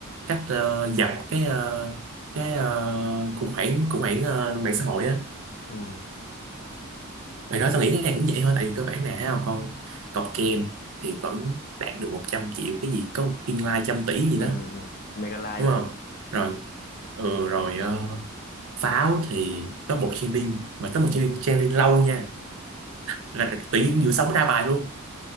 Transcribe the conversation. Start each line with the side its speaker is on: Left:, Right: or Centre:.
Right: cách ờ, dập cái ờ, cái uh, khủng hoảng khủng hoảng ờ, mạng xã hội á
Left: Ừ.
Right: rồi đó tao nghĩ cái này cũng vậy thôi tại vì cơ bản nè thấy không con cọc kem thì vẫn đạt được 100 triệu cái gì có một viên like trăm tỷ gì
Left: Ừ
Right: đó
Left: ừ ừ. Mega like
Right: đúng
Left: đồ.
Right: không
Left: á.
Right: rồi ừ, rồi ờ, pháo thì top một trending mà top một
Left: Ừ.
Right: trending, trending lâu nha là tự nhiên vừa sống ra bài luôn